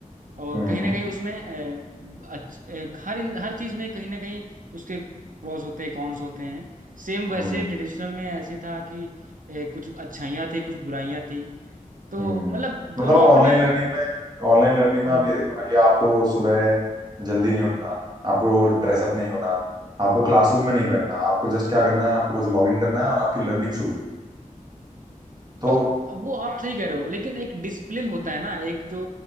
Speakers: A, on the right; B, on the right.
A: और
B: हम्म
A: कहीं ना कहीं उसमें अ, अच्छ, अ, हर इन- हर चीज में कहीं ना कहीं उसके प्रोस होते हैं कॉन्स होते हैं सेम वैसे
B: हम्म
A: ट्रेडिशनल में ऐसे था कि अ, कुछ अच्छाइयाँ थी कुछ बुराइयाँ थी तो
B: हम्म
A: मतलब
B: तो
A: दोनों
B: मतलब आप ऑनलाइन
A: अपने
B: लर्निंग में ऑनलाइन लर्निंग में
A: हम्म,
B: आप ये देखो ना कि आपको सुबह जल्दी नहीं उठना आपको ड्रेसअप नहीं होना आपको क्लासरूम में नहीं बैठना आपको जस्ट क्या करना है आपको बस लॉग इन करना है और आपकी लर्निंग शुरू तो
A: तो वो आप सही कह रहे हो लेकिन एक डिसिप्लिन होता है ना एक जो